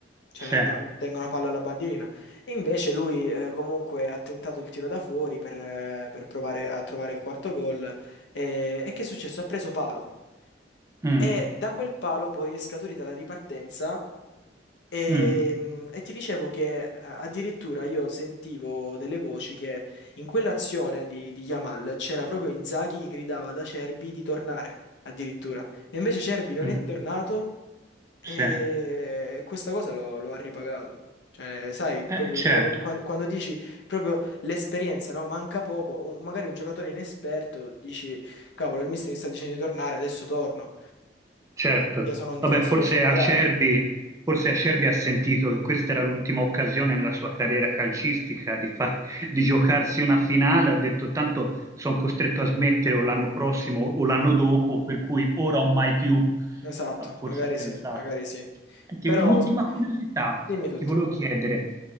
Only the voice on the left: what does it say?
Cioè,
ma- tengono palla alla bandierina. E invece lui eh, comunque ha tentato il tiro da fuori per, eh, per provare a trovare il quarto gol. E, e che è successo? Ha preso palo.
E da quel palo poi è scaturita la ripartenza. E,
mm, e ti dicevo che eh, addirittura io sentivo delle voci che in quell'azione di, di Yamal c'era proprio Inzaghi che gridava ad Acerbi di tornare, addirittura. E invece Acerbi non
è tornato e
questa cosa lo, lo ha ripagato. Cioè, sai, proprio
quando, quan- quando dici proprio l'esperienza, no? Manca poco, o magari un giocatore inesperto dici, cavolo, il mister mi sta dicendo di tornare, adesso torno,
che sono un difensore
centrale.
Esatto,
magari
sì, magari sì.
Però
dimmi tutto.